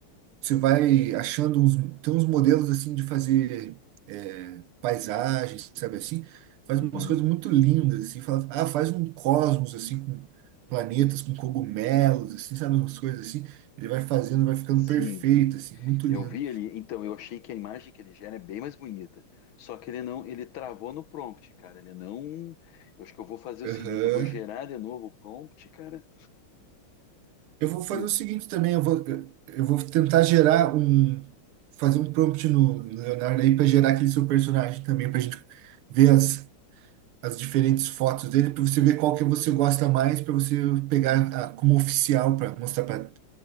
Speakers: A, on the right; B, on the left.
A: você vai achando uns, tem uns modelos, assim, de fazer é, paisagens, sabe assim? Faz
B: Uhum.
A: umas coisas muito lindas, assim. Fala, ah, faz um cosmos, assim, com planetas, com cogumelos, assim, sabe? Umas coisas assim. Ele vai fazendo, vai ficando
B: Sim.
A: perfeito, assim, muito
B: Eu
A: lindo.
B: vi ele, então eu achei que a imagem que ele gera é bem mais bonita. Só que ele não, ele travou no prompt, cara. Ele não. Eu acho que eu vou fazer o seguinte,
A: Aham.
B: eu vou gerar de novo o prompt, cara.
A: Eu vou fazer
B: E
A: o seguinte também, eu vou, eu vou tentar gerar um, fazer um prompt no Leonardo aí para gerar aquele seu personagem também, para gente ver as, as diferentes fotos dele, para você ver qual que você gosta mais, para você pegar a- como oficial para mostrar para